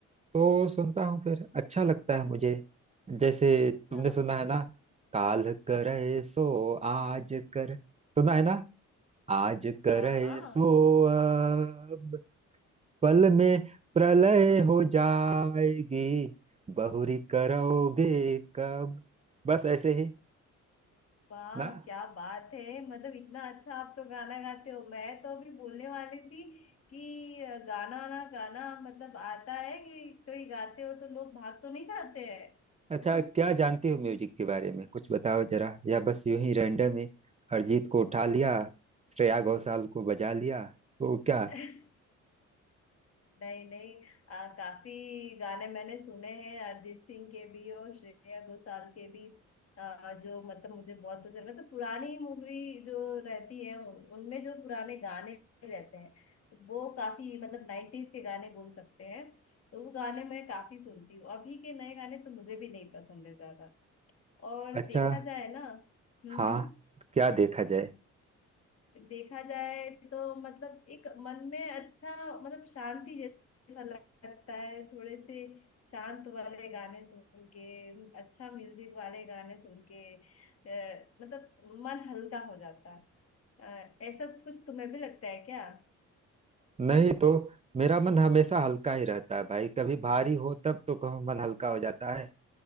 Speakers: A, on the right (about 20°); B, on the left (about 50°).
A: तो सुनता हूँ फिर अच्छा लगता है मुझे जैसे
B: अच्छा
A: तुमने सुना है ना काल करे सो आज कर सुना है ना? आज करे
B: हाँ हाँ
A: सो अब पल में प्रलय हो जाएगी बहुरी करोगे कब बस ऐसे ही
B: वाह
A: ना
B: क्या बात है मतलब इतना अच्छा आप तो गाना गाते हो मैं तो अभी बोलने वाली थी कि अ, गाना ना गाना मतलब आता है कि कोई गाते हो तो लोग भाग तो नहीं जाते हैं
A: अच्छा क्या जानती हो म्यूजिक के बारे में कुछ बताओ जरा या बस यूं ही रैंडम ही अरिजीत को उठा लिया श्रेया घोषाल को बजा लिया तो क्या
B: <laughs> नहीं नहीं आ, काफी गाने मैंने सुने हैं अरिजीत सिंह के भी और श्रेया घोषाल के भी आ, जो मतलब मुझे बहुत पसंद मतलब पुरानी मूवी जो रहती है उन- उनमें जो पुराने गाने रहते हैं वो काफी मतलब नाइन्टीज के गाने बोल सकते हैं तो वो गाने मैं काफी सुनती हूँ अभी के नए गाने तो मुझे भी नहीं पसंद है ज्यादा और
A: अच्छा
B: देखा जाए ना हम्म
A: हाँ
B: हम्म
A: क्या देखा जाए
B: देखा जाए तो मतलब एक मन में अच्छा मतलब शांति जैसा लगता है थोड़े से शांत वाले गाने सुन के अच्छा म्यूजिक वाले गाने सुन के अ, मतलब मन हल्का हो जाता है अ, ऐसा कुछ तुम्हें भी लगता है क्या
A: नहीं तो मेरा मन हमेशा हल्का ही रहता है भाई कभी भारी हो तब तो कहो मन हल्का हो जाता है